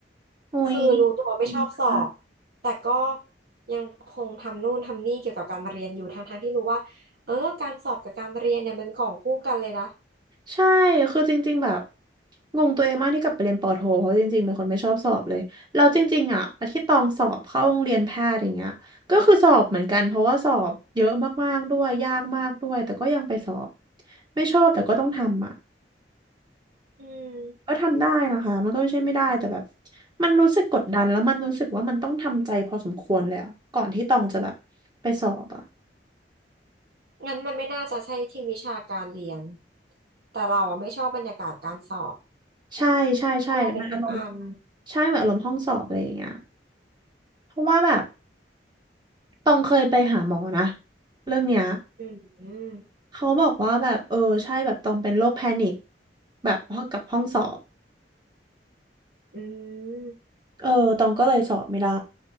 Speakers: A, on the right (about 25°); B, on the right (about 60°).
A: โอ้ยขอบคุณค่ะ
B: คือรู้ตัวไม่ชอบสอบแต่ก็ยังคงทำนู่นทำนี่เกี่ยวกับการเรียนอยู่ทั้งๆที่รู้ว่าเออการสอบกับการเรียนเนี่ยมันของคู่กันเลยนะ
A: ใช่คือจริงๆแบบงงตัวเองมากที่กลับไปเรียนปอโทเพราะจริงๆเป็นคนไม่ชอบสอบเลยแล้วจริงๆอะอาที่ตองสอบเข้าโรงเรียนแพทย์อย่างเงี้ยก็คือสอบเหมือนกันเพราะว่าสอบเยอะมากๆด้วยยากมากด้วยแต่ก็ยังไปสอบไม่ชอบแต่ก็ต้องทำอะ
B: อืม
A: ก็ทำได้นะคะมันก็ไม่ใช่ไม่ได้แต่แบบมันรู้สึกกดดันแล้วมันรู้สึกว่ามันต้องทำใจพอสมควรเลยอะก่อนที่ตองจะแบบไปสอบอะ
B: งั้นมันไม่น่าจะใช่ที่วิชาการเรียนแต่เราอ่ะไม่ชอบบรรยากาศการสอบ
A: ใช่ใช่ใช่มันอารมณ์
B: เราเป็นถึงอัม
A: ใช่เหมือนอารมณ์ห้องสอบอะไรอย่างเงี้ยเพราะว่าแบบตองเคยไปหาหมอนะเรื่องเนี้ย
B: อืมอืม
A: เขาบอกว่าแบบเออใช่แบบตองเป็นโรคแพนิคแบบพอกับห้องสอบ
B: อืม
A: เออตองก็เลยสอบไม่ได้